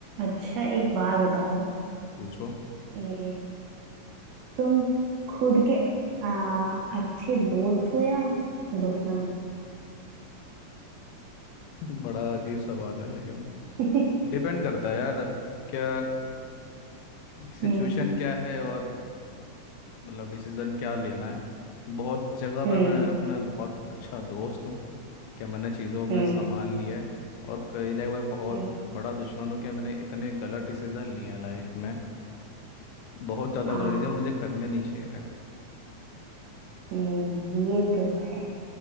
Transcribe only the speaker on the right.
अच्छा एक बात बताओ
ये तुम खुद के आ, अच्छे दोस्त हो या दुश्मन
<laughs>
हम्म
हम्म
हम्म
हम्म,
आ,
हम्म, ये तो है